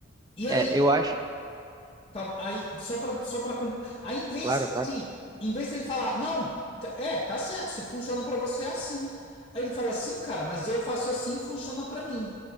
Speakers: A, on the left (about 25°); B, on the right (about 20°).
A: E aí
B: é, eu acho.
A: Calma, aí, só para só para aí em vez
B: Claro, claro.
A: assim, em vez dele falar, não, t- é, tá certo, se funciona para você é assim. Aí ele fala assim, cara, mas eu faço assim, funciona para mim.